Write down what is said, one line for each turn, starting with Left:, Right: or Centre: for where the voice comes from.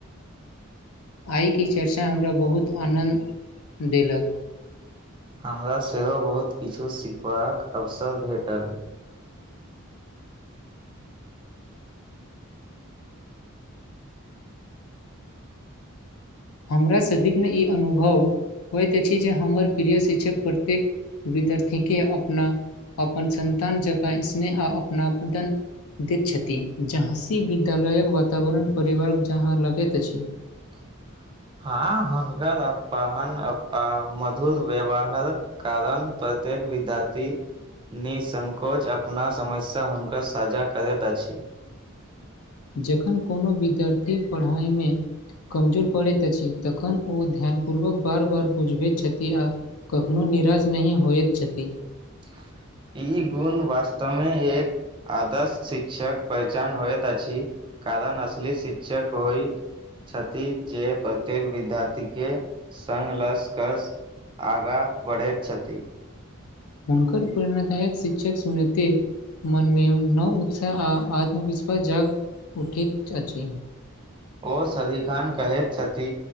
Left: आइके चर्चा हमरा बहुत आनन्द देलक
Right: हमरा सेहो बहुत किछु सिखबाक अवसर भेटल
Left: हमरा सदिकन ई अनु भव होइत अछि जे हमर प्रिय शिक्षक प्रत्येक विद्यार्थीके अपना अपन संतान जका स्नेह आ अपना पटन दैत छथि जा हँसी विद्यालयक वातावरण परिवार जहाँ लगैत अछि
Right: <inaudible> हँ हुनकर अपाहन अप मधुर व्यवहार कारण प्रतेक विद्यार्थी निःसंकोच अपना समस्या हुनकर साझा करैत अछि
Left: जखन कोनो विद्यार्थी परहय मे कमजोर पड़ैत अछि तखन ओ ध्यान पूर्वक बार बार बुझबैत छथि आ कखनो निराश नहि होयत छथि
Right: <unintelligible> ई गुण वास्तमे एक आदर्श शिक्षक पहचान होइत अछि कारण असली शिक्षक होइ छथि जे प्रत्येक विद्यार्थी के सन लसकर आगाँ बढ़ेत छथि
Left: हुनकर प्रेणदायक शिक्षक सुनैते मनमे नव उत्साह आ आत्मविश्वा जाग उठित अछि
Right: ओ सदिखन कहैत छथि